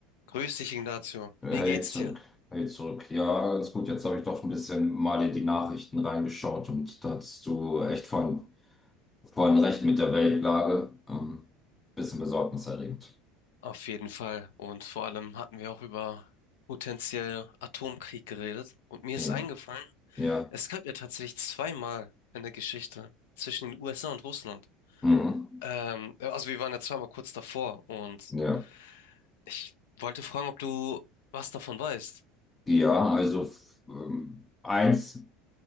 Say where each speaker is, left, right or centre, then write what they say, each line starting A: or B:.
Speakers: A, on the left; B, on the left.
A: Grüß dich, Ignacio.
B: Hey
A: Wie geht's
B: zurück,
A: dir?
B: hey zurück. Ja, ganz gut. Jetzt habe ich doch ein bisschen mal in die Nachrichten reingeschaut und da hattest du echt von, von recht mit der Weltlage. Ähm, bisschen besorgniserregend.
A: Auf jeden Fall. Und vor allem hatten wir auch über potenziell Atomkrieg geredet. Und mir ist
B: Ja,
A: eingefallen,
B: ja,
A: es gab ja tatsächlich zweimal in der Geschichte zwischen den USA und Russland.
B: mhm.
A: Ähm, also wir waren ja zweimal kurz davor und
B: Ja,
A: ich wollte fragen, ob du was davon weißt.
B: ja, also f- ähm, eins